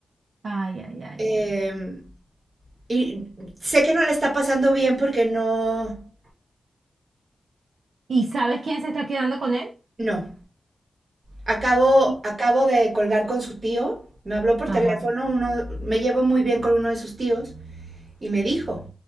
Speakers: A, on the right (about 75°); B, on the right (about 50°).
A: Ay, ay, ay.
B: Eh, y sé que no le está pasando bien porque no,
A: ¿Y sabes quién se está quedando con él?
B: no. Acabo,
A: Sí.
B: acabo de colgar con su tío. Me habló por
A: Ajá,
B: teléfono, uno, me llevo muy bien con uno de sus tíos Y me dijo,